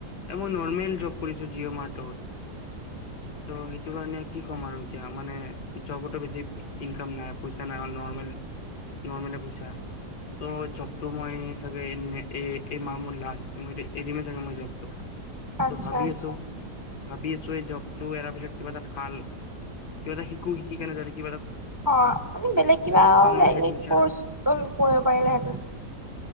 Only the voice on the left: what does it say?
এ মই নোৱা ফৰ্মেল জব কৰিছো জিঅ' মাৰ্টত ত' সেইটো কাৰণে কি ক'ম আৰু এতিয়া মানে জবতো বেছি ইনকাম নাই পইচা নাই নৰ্মেল নৰ্মলে পইচা ত' জবটো মই চাগে এ এই মাহ মোৰ লাষ্ট মই এতিয়া এৰিমেই চাগে মই জবটো
তো ভাবি
আছো
ভাবি আছ এই জবো এৰাৰ পিছত কিবা এটা ভাল কিবা এটা শিকো শিকিনে যাতে কিবা এটা
কামত
আহে ফিউচাৰত